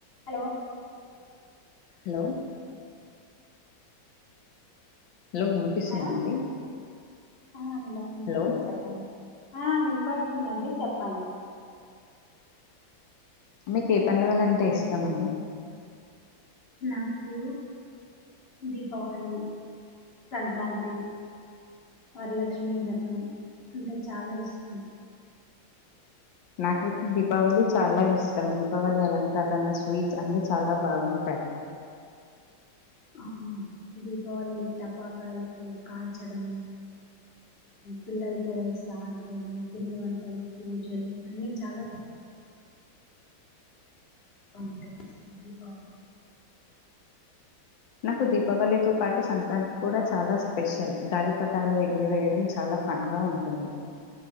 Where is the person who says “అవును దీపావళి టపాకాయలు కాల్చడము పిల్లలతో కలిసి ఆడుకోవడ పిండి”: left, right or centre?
Left